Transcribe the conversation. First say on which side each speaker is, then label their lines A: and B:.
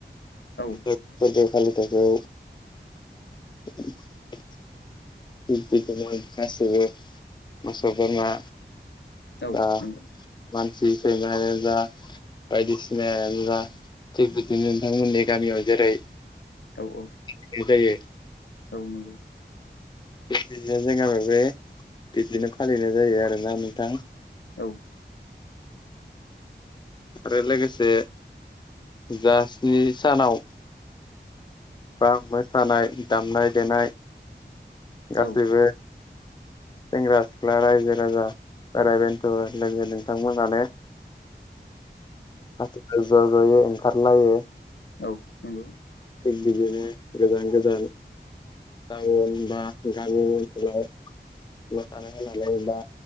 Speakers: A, on the left; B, on the left.
A: औ
B: बे फोरबो फालिथाइखौ <unintelligible> थिग बिदिनो गासिबो मोसौ बोरमा
A: औ
B: जा
A: नंगौ
B: मानसि <unintelligible> बायदिसिना जा थिग बिदिनो नोंथांमोननि गामियाव जेरै
A: औ
B: <unintelligible> जायो
A: औ नंगौ
B: बिदिनो जोंग बे बिब्दिनो फालिनाय जायो आरोना नोंथां
A: औ
B: आरो लोगोसे जा स्नि सानाव बा मोसानाय दामनाय देनाय गासैबो
A: औ
B: सेंग्रा सिख्ला रायजो राजा बेराय बेन्थ' लोगो नोंथांमोनानो ज' ज'यै ओंखारलायो
A: औ नंगौ
B: थिग बिदिनो गोजान गोजान टाउन बा गामि ओनसोलाव मोसानो नालाय बा